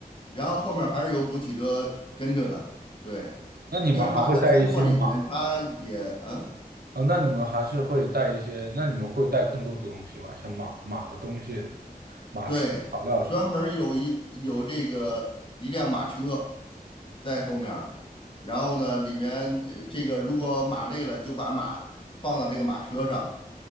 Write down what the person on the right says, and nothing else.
那你们还会带一些马？
呃，那你们还是会带一些，那你们会带更多的东西吧？像马马的东西，马吃的草料什么，